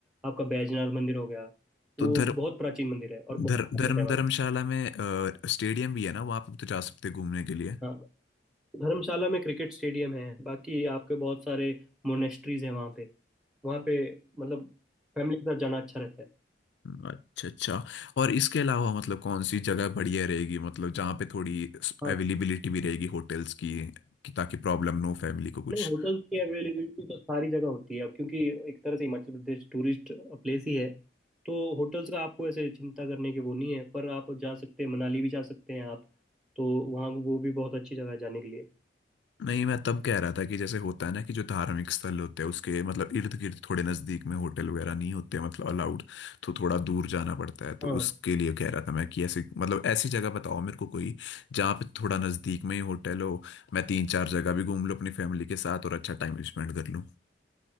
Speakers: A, in the centre; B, on the left.
A: आपका बैजनाथ मंदिर हो गया
B: तो
A: वो
B: धर्म
A: बहुत प्राचीन मंदिर है और बहुत
B: धर्म धर्म
A: famous है वहाँ
B: धर्मशाला
A: की
B: में अ, स्टेडियम भी है ना वहाँ पे तो जा सकते हैं घूमने के लिए
A: हाँ। धर्मशाला में क्रिकेट स्टेडियम है बाकी आपके बहुत सारे मोनेस्ट्रीज हैं वहाँ पे वहाँ पे मतलब फैमिली के साथ जाना अच्छा रहता है
B: अच्छा अच्छा और इसके अलावा मतलब कौन सी जगह बढ़िया रहेगी मतलब जहाँ पे थोड़ी
A: हाँ
B: अवेलेबिलिटी भी रहेगी होटल्स की कि ताकि प्रॉब्लम ना हो फैमिली को कुछ
A: नहीं होटल्स की अवेलेबिलिटी तो सारी जगह होती है अब क्योंकि एक तरह से हिमाचल प्रदेश टूरिस्ट प्लेस ही है तो होटल्स का आपको ऐसे चिंता करने की वो नहीं है पर आप जा सकते हैं मनाली भी जा सकते हैं आप तो वहाँ वो भी बहुत अच्छी जगह है जाने के लिए
B: नहीं मैं तब कह रहा था कि जैसे होता है ना कि जो धार्मिक स्थल होते हैं उसके मतलब इर्द गिर्द थोड़े नज़दीक में होटल वगैरह नहीं होते मतलब अलाउड तो थोड़ा दूर जाना पड़ता है तो
A: हाँ
B: उसके लिए कह रहा था मैं कि ऐसे मतलब ऐसी जगह बताओ मेरे को कोई जहाँ पे थोड़ा नज़दीक में ही होटल हो मैं तीन चार जगह भी घूम लूँ अपनी फैमिली के साथ और अच्छा टाइम स्पेंड कर लूँ